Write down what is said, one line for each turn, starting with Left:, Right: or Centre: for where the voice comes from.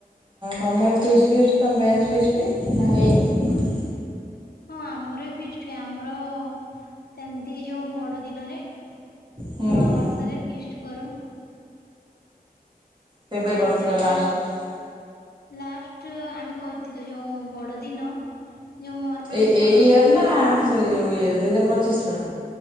Right: ତମେ ଫିଷ୍ଟ ଫିଷ୍ଟ ତମର ବ୍ୟାଚ ଫିଷ୍ଟ ନା ହେଇନି।
Left: ହଁ ଆମର ବି ଫିଷ୍ଟ ହୁଏ ଆମର ସେମିତି ଏ ଯୋଉ ବଡ ଦିନରେ।
Right: ହୁଁ
Left: ନୂଆ
Right: ହୁଁ
Left: ବର୍ଷରେ ଫିଷ୍ଟ କରୁ।
Right: କେବେ
Left: ଆଉ
Right: କରିଥିଲ
Left: ଏବେ ତ
Right: ଲାଷ୍ଟ ଫିଷ୍ଟ?
Left: ଲାଷ୍ଟ ଆମେ। କରିଥିଲୁ ଯେଉଁ ବଡ଼ଦିନ। ଯୋଉ ମୋର
Right: ଏ ଏଇ
Left: କଣ
Right: ଇର ନା ଯୋଉ ସରି ଇଏ ଦୁଇ ହଜାର ପଚିଶ ର।